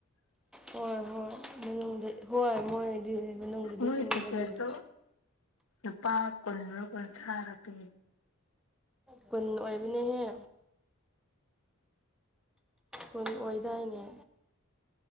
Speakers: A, in the centre; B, on the left.
A: ꯍꯣꯏ ꯍꯣꯏꯉ ꯍꯣꯏ ꯃꯣꯏꯗꯤ ꯃꯅꯨꯡꯗꯗꯤ
B: ꯃꯣꯏ
A: ꯏꯪꯕꯅꯤꯅ
B: ꯇ ꯀꯦꯇ ꯏꯄꯥ ꯈꯨꯅ ꯀꯣꯏ ꯑꯔ ꯄ
A: ꯄꯨꯟ ꯑꯣꯏꯕꯅꯦꯍꯦ ꯑꯩꯣꯏ ꯑꯣꯏꯗꯥꯏꯅꯦ